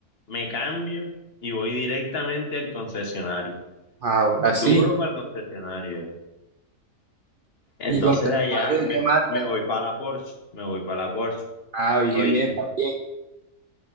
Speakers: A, on the left; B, on the right.
A: me cambio y voy directamente al concesionario.
B: Ahora
A: Duro
B: sí.
A: para el concesionario. eh. Entonces
B: ¿Y con de
A: de allá me,
B: qué marca?
A: me voy para la Porsche, me voy para la Porsche.
B: Ah, bien,
A: Oíste,
B: bien, va bien.